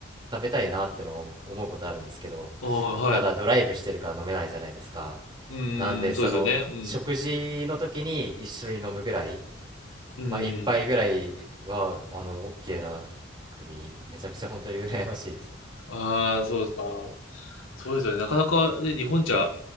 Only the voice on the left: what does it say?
ああ、はい。
う
ん、
そうですよね。うん、
うん。
ああ、そうですか。そうですよね。なかなかね、日本じゃ